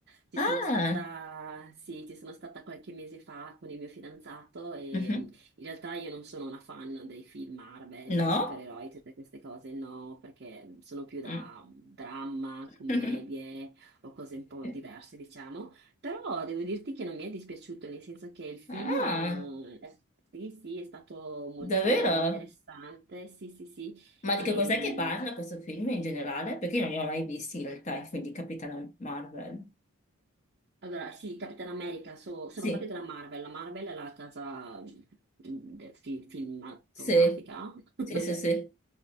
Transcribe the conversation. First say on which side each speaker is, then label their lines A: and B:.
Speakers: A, on the right; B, on the left.
A: Ci
B: Ah,
A: sono stata, sì, ci sono stata qualche mese fa con il mio fidanzato e
B: mhm.
A: in realtà io non sono una fan dei film Marvel,
B: No?
A: supereroi, tutte queste cose, no, perché sono più da
B: Mm.
A: mm, dramma,
B: <laughs>
A: commedie o cose un po' diverse,
B: Sì.
A: diciamo. Però devo dirti che non mi è dispiaciuto, nel senso che il film,
B: Ah,
A: eh, è- sì, sì, è stato molto
B: davvero?
A: interessante, sì, sì, sì.
B: Ma
A: E,
B: di che cos'è che parla questo film in generale? Perché io non li ho mai visti in realtà i film di Capitano Marvel.
A: Allora, sì, Capitan America so- sono
B: Sì,
A: fatti dalla Marvel. La Marvel è la casa mm, mm, de- fi- cinematografica.
B: sì,
A: <laughs>
B: sì, sì, sì,